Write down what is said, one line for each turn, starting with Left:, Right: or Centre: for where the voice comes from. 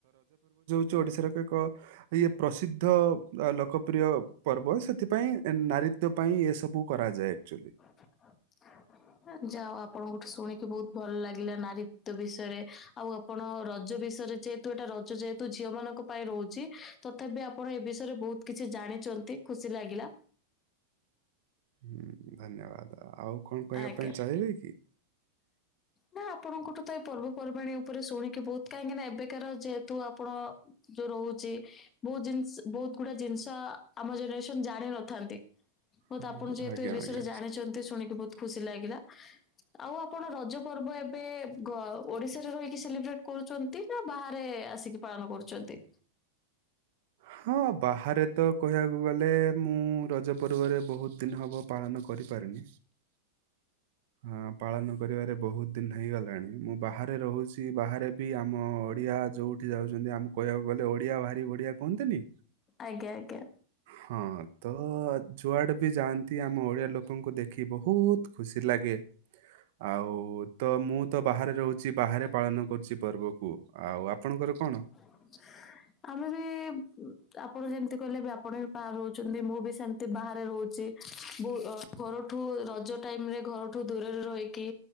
Right: ଚି, ଓଡ଼ିଶାର ଏକ, ଇଏ ପ୍ରସିଦ୍ଧ ଲୋକପ୍ରିୟ ପର୍ବ ସେଥିପାଇଁ ଏନ୍ନ ନାରୀ ପାଇଁ, ଏ ସବୁ କରାଯାଏ ଏକ୍ଟୁଆଲୀ।
Left: <inaudible> ଯା ହୋଉ, ଆପଣଙ୍କଠୁ ଶୁଣିକି ବହୁତ ଭଲ ଲାଗିଲା। ନାରିତ୍ଵ ବିଷୟରେ। ଆଉ' ଆପଣ ରଜ ବିଷୟରେ ଯେହେତୁ ଏଟା ରଜ ଯେହେତୁ ଝିଅ ମାନଙ୍କ ପାଇଁ ରହୁଛି ତଥାପି ଆପଣ ଏ ବିଷୟରେ ବହୁତ କିଛି ଜାଣିଛନ୍ତି ଖୁସି ଲାଗିଲା।
Right: ହୁଁ ଧନ୍ୟବାଦ ଆଉ କଣ କହିବା
Left: ଆଜ୍ଞା
Right: ପାଇଁ ଚାହିଁବେ କି?
Left: ନା ଆପଣଙ୍କଠୁ ତ ଏଇ ପର୍ବପର୍ବାଣୀ ଉପରେ ଶୁଣିକି ବହୁତ କାହିଁକି ନା ଏବେକାର ଯେହେତୁ ଆପଣ ରହୁଛି ବହୁତ ଜିନିସ୍, ବହୁତ ଗୁଡା ଜିନିଷ ଆମ ଜେନେରେସନ ଜାଣିିନଥାନ୍ତି। ବହୁତ
Right: ଆଜ୍ଞା
Left: ଆପଣ ଯେହେତୁ ଏ ବିଷୟରେ
Right: ଆଜ୍ଞା
Left: ଜାଣିଛନ୍ତି ଶୁଣିକି ବହୁତ ଖୁସି ଲାଗିଲା। ଆଉ ଆପଣ ରଜ ପର୍ବ ଏବେ ଘ ଓଡିଶାରେ ରହିକି ସେଲିବ୍ରେଟ୍ କରୁଛନ୍ତି? ନା ବାହାରେ ଆସିକି ପାଳନ କରୁଛନ୍ତି?
Right: ହଁ ବାହାରେ ତ କହିବାକୁ ଗଲେ ମୁଁ ରଜ ପର୍ବରେ ବହୁତ ଦିନ ହବ ପାଳନ କରି ପାରିନି। ହାଁ, ପାଳନ କରିବାରେ ବହୁତ ଦିନ ହେଇଗଲାଣି। ମୁଁ ବାହାର ରେ ରହୁଛି ବାହାରେ ବି ଆମ ଓଡ଼ିଆ ଯଉଠି ଯାଉଛନ୍ତି ଆମକୁ କହିବାକୁ ଗଲେ ଓଡ଼ିଆ ଭାରି ବଢଡ଼ିଆ କୁହନ୍ତିନି?
Left: ଆଜ୍ଞା ଆଜ୍ଞା।
Right: ହଁ ତ ଯୁଆଡେ ବି ଯାଆନ୍ତି ଆମ ଓଡିଆ ଲୋକଙ୍କୁ ଦେଖି ବହୁତ ଖୁସି ଲାଗେ ଗେ ଆଉ ତ ମୁଁ ତ ବାହାରେ ରହୁଛି ବାହାରେ ପାଳନ କରୁଛି ପର୍ବକୁ ଆଉ ଆପଣଙ୍କର କଣ?
Left: <inaudible> ଆମେ ବି ଆପଣ ଯେମିତି କହିଲେ ଏବେ ଆପଣ ବି ବାହାରେ ରହୁଛନ୍ତି ମୁଁ ବି ସେମତି ବାହାରେ ରହୁଛି <unintelligible> ଘରଠୁ ରଜ ଟାଇମ ରେ ଘରଠୁ ଦୂରରେ ରହିକି